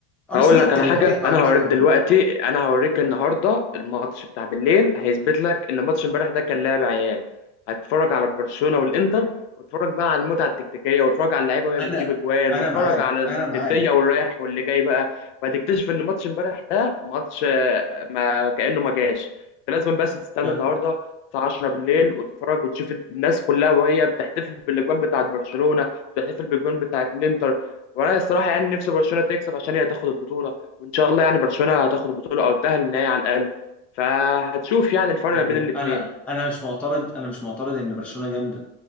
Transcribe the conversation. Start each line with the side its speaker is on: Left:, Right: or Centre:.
Centre: ارسنال
Left: هقول لك
Centre: كان
Left: على حاجة
Centre: غايب عنها
Left: أنا هوريك
Centre: التوفيق
Left: دلوقتي أنا هوريك النهاردة الماتش بتاع بالليل هيثبت لك إن ماتش امبارح ده كان لعب عيال هتتفرج على برشلونة والإنتر واتفرج بقى على المتعة التكتيكية واتفرج على اللعيبة وهي
Centre: انا
Left: بتجيب أجوان
Centre: انا
Left: واتفرج
Centre: معاك
Left: على الندية
Centre: انا معاك
Left: والرايح واللي جاي بقى وهتكتشف إن ماتش امبارح ده ماتش آه، ما كأنه ما جاش أنت لازم بس تستنى
Centre: يا ابني
Left: النهاردة الساعة 10 بالليل وتتفرج وتشوف الناس كلها وهي بتحتفل بالأجوان بتاعت برشلونة بتحتفل بالأجوان بتاعت الإنتر وانا الصراحه يعني نفسي برشلونه تكسب عشان هي تاخد البطوله وان شاء الله يعني برشلونه هتاخد البطوله او تاهل النهائي على الاقل فهتشوف يعني الفرق
Centre: يا
Left: ما
Centre: ابني
Left: بين الاثنين
Centre: انا انا مش معترض انا مش معترض ان برشلونة جامدة